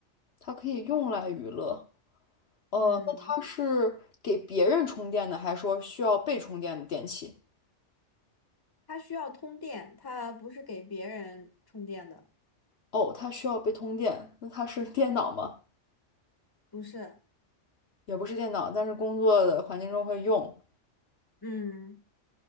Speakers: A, on the left (about 60°); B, on the left (about 20°).
A: 它可以用来娱乐，呃，
B: 嗯，
A: 那它是给别人充电的，还是说需要被充电的电器？
B: 它需要通电，它不是给别人充电的，
A: 哦，它需要被通电，那它是电脑吗？
B: 不是，
A: 也不是电脑，但是工作的环境中会用，
B: 嗯，